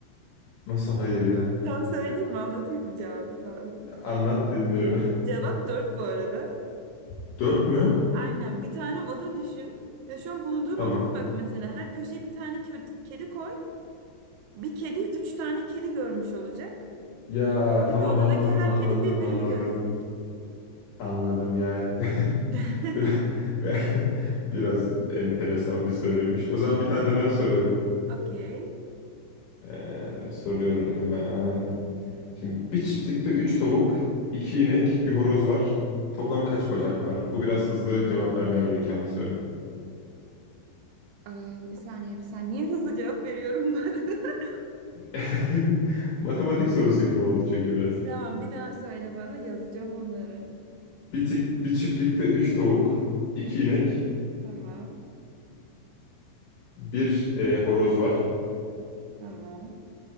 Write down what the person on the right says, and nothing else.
<laughs> Tam söyleyeyim mi? Anlatayım mı cevabı falan?
Cevap dört bu arada.
Aynen. Bir tane oda düşün. Ya şu an bulunduğun
odaya bak mesela. Her köşeye bir tane kö- kedi koy. Bir kedi üç tane kedi görmüş olacak.
Çünkü
odadaki
her
kedi birbirini
görecek.
<laughs>
Okey.
Ee, bir saniye bir saniye. Niye hızlı cevap veriyorum bu arada? <laughs>
Tamam bir daha söyle bana yazacağım onları.
Üç
tavuk. Tamam.
Tamam.